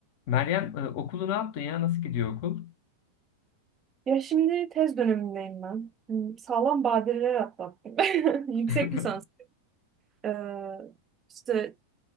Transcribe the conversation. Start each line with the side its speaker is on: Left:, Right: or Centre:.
Left: Meryem e, okulu ne yaptın ya? Nasıl gidiyor okul?
Right: Ya şimdi tez dönemindeyim ben. Hmm, Sağlam badireler atlattım. <laughs> Yüksek
Left: <laughs>
Right: lisans. Ee, işte